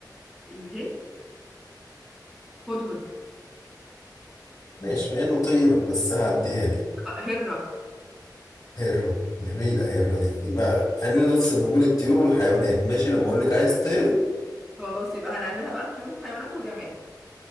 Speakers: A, in the centre; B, on the left.
A: الهي هدهد
B: ماشي مع انه طير بس هعديها لك
A: آه، هرة
B: هرة جميلة هرة دي يبقى خلينا نفصل ما بين الطيور والحيوانات ماشي لما اقول لك عايز طير
A: خلاص يبقى هنعملها بقى طيور وحيوانات وجماد